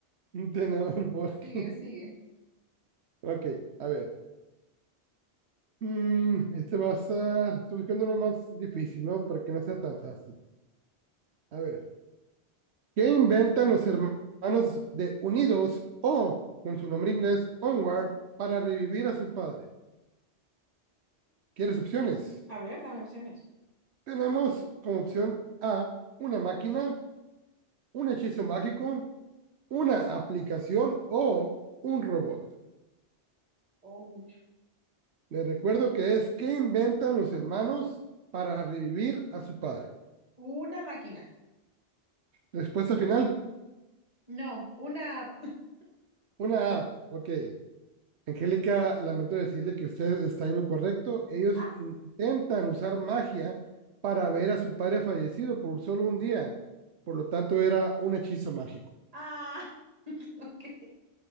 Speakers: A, on the right; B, on the right.
A: <laughs> Tenedor Porky.
B: Sigue,
A: <laughs>
B: sigue.
A: Ok, a ver. Mm, este va a ser, estoy buscando uno más difícil, ¿no? Para que no sea tan fácil. A ver, ¿qué inventan los hermanos de Unidos o, con su nombre inglés, Onward, para revivir a su padre? ¿Quieres opciones?
B: A ver, dame opciones.
A: Tenemos como opción A, una máquina, un hechizo mágico, una aplicación o un robot.
B: Uy,
A: Les recuerdo que es ¿qué inventan los hermanos para revivir a su padre?
B: Una máquina.
A: Respuesta final,
B: No, una. <laughs>
A: una app, ok. Angélica, lamento decirle que usted está en lo correcto. Ellos
B: Ah,
A: intentan usar magia para ver a su padre fallecido por solo un día. Por lo tanto, era un hechizo mágico.
B: ah, <laughs> ok.